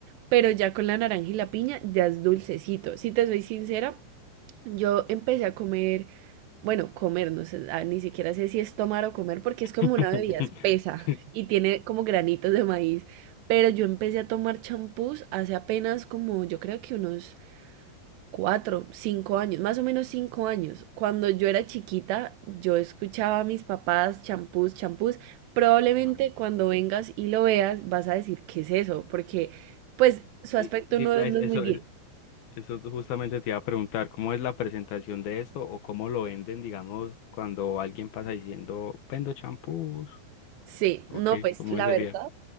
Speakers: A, on the right; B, on the left.
A: pero ya con la naranja y la piña ya es dulcecito. Si te soy sincera, yo empecé a comer, bueno, comer, no sé, ah, ni siquiera sé si es tomar o comer, porque es
B: <laughs>
A: como una bebida espesa y tiene como granitos de maíz. Pero yo empecé a tomar champús hace apenas como, yo creo que unos cuatro, cinco años, más o menos cinco años. Cuando yo era chiquita, yo escuchaba a mis papás champús, champús. Probablemente
B: Champo.
A: cuando vengas y lo veas, vas a decir, ¿qué es eso? Porque, pues, su
B: Y
A: aspecto
B: di-
A: no, es-
B: es-
A: no
B: eso,
A: es muy bien.
B: es- eso justamente te iba a preguntar, ¿cómo es la presentación de esto o cómo lo venden, digamos, cuando alguien pasa diciendo, vendo champús?
A: Sí,
B: ¿O
A: no,
B: qué?
A: pues,
B: ¿Cómo
A: la
B: sería?
A: verdad.